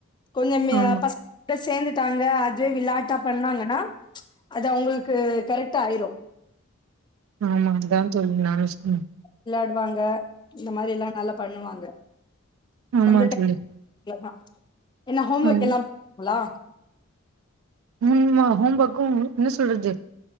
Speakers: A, on the left; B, on the right.
A: கொஞ்சமே
B: ஆமா
A: பஸ்ட சேந்துட்டாங்க அங்க அதுவே விளாட்டா பண்ணாங்கன்னா அது அவுங்களுக்கு கரெக்ட்டா ஆயிரு
B: ஆமா அதா சொல் நானு சொன்னே
A: வெளாடுவாங்க இந்த மாரி எல்லா நல்லா பண்ணுவாங்க
B: ஆமா
A: கொஞ்ச டை
B: தோழி
A: இவ்ளோதா என்ன ஹோம்
B: ஆ
A: ஒர்க் எல்லா <unintelligible>
B: உம்மா ஹோம் ஒர்க்கு என்ன சொல்றது